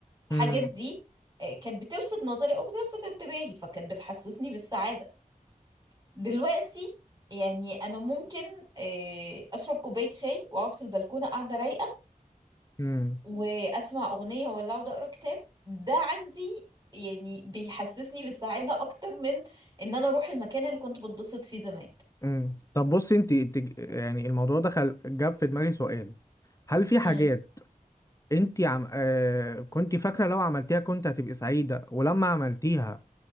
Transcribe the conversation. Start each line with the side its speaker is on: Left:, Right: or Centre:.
Right: الحاجات
Left: امم
Right: دي آه، كانت بتلفت نظري او بتلفت انتباهي فكانت بتحسسني بالسعادة دلوقتي يعني انا ممكن آه، اشرب كوباية شاي واقعد في البلكونة قاعدة رايقة
Left: امم
Right: واسمع اغنيه ولا اقعد اقرا كتاب ده عندي يعني بيحسسني بالسعاده اكتر من ان انا اروح المكان اللي كنت بتبسط فيه زمان
Left: امم طب بصي انت يعني الموضوع ده خل... جاب في دماغي سؤال هل في
Right: امم
Left: حاجات انت عم... آه... كنت فاكره لو عملتيها كنت هتبقي سعيده ولما عملتيها